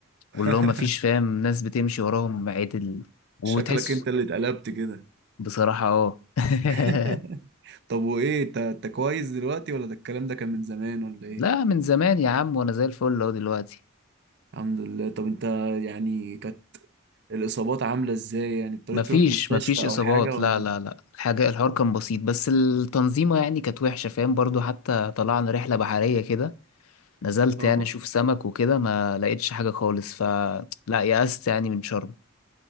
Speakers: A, on the left (about 80°); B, on the right (about 50°).
A: واللي
B: <laughs>
A: هو مفيش فاهم ناس بتمشي وراهم عدل وتحس
B: شكلك انت اللي اتقلبت كده
A: بصراحة اه <laughs>
B: <laughs> طب وايه انت انت كويس دلوقتي ولا ده الكلام ده كان من زمان ولا ايه
A: لا من زمان يا عم وأنا زي الفل أهو دلوقتي
B: الحمد لله طب انت يعني كانت الاصابات عامله ازاي يعني اضطريت
A: مفيش
B: تروح مستشفى
A: مفيش
B: او
A: إصابات
B: حاجه ولا
A: لا لا لا الحاجة الحوار كان بسيط بس التنظيمة يعني كانت وحشة فاهم برضو حتى طلعنا رحلة بحرية كده نزلت
B: اه
A: يعني أشوف سمك وكده ما لقيتش حاجة خالص فلا يأست يعني من شرم